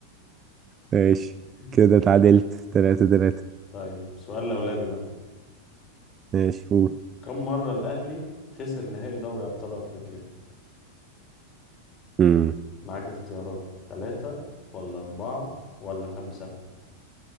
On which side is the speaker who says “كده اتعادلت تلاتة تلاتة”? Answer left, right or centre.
Right